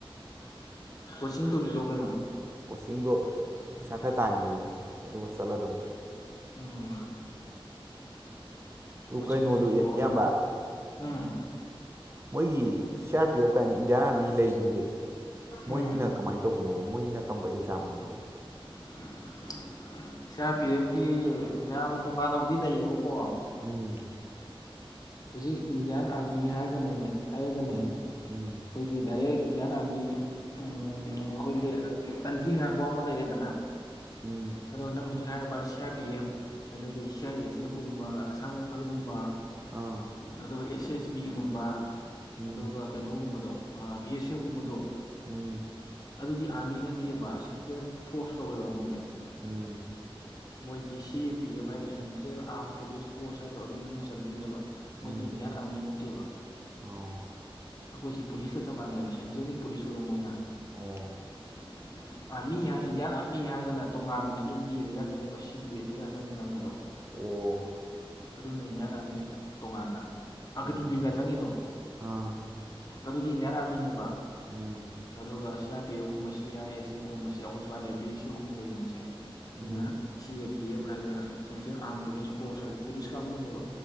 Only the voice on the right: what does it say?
ꯀꯣꯆꯤꯡꯗꯣ ꯄꯩꯁꯥ ꯈꯔ ꯇꯥꯟꯈꯤꯒꯦ ꯑꯗꯨꯒ ꯆꯠꯂꯗꯝ
ꯑꯗꯨ
ꯀꯩꯅꯣꯗꯨ
ꯏꯌꯥꯝꯕ
ꯃꯣꯏꯒꯤ ꯁꯤ ꯑꯥꯔ ꯄꯤ ꯑꯦꯐ ꯀꯥꯏꯅ ꯏꯟꯗꯤꯌꯥꯟ ꯑꯥ꯭ꫪꯃꯤ ꯂꯩꯁꯤꯡꯁꯦ ꯃꯣꯏꯁꯤꯅ
ꯀꯃꯥꯏꯅ ꯇꯧꯕꯅꯣꯕ ꯃꯣꯏꯖꯤꯅ ꯀꯔꯝꯕ ꯑꯦꯛꯖꯥꯝꯅꯣꯕ
ꯎꯝ
ꯎꯝ ꯎꯝ
ꯎꯝ
ꯑꯥ
ꯎꯝ
ꯎꯝ
ꯎꯝ ꯎꯝ
ꯎꯝ
ꯑꯣ
ꯑꯣ
ꯑꯣ
ꯎꯝ
ꯑꯥ
ꯎꯝ
ꯎꯝ